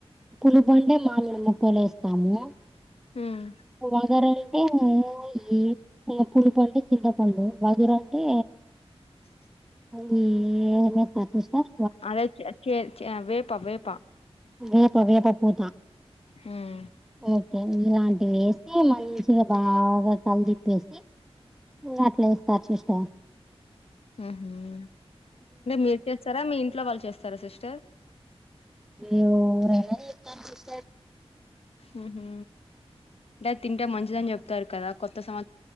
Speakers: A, in the centre; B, on the left.
A: పులుపుండే మామిడి ముక్కలు వే
B: ఉ ఉ
A: వగరంటే మోహి లేకుంటంటే చిన్న హలో వధుర అంటే
B: <inaudible>
A: ఇది ఏమైనా పట్టిస్తార్
B: అరె చె చె వేప వేప
A: వేప్ ప వేప పూత
B: హ్మ్
A: ఓకే ఇలాంటివేసి మంచిగా బాగా కలితిప్పేసి మ్ అట్ల ఏస్తా చూస్తా.
B: ఆహా అంటే మీరు చేస్తారా మీ ఇంట్లో వాళ్ళు చేస్తారా సిస్ స్టర్
A: ఏవ్ రైనా చేత్తారు సిస్టర్
B: హుహూ టే తింటే మంచిదని చెప్తారు కదా కొత్త సంవ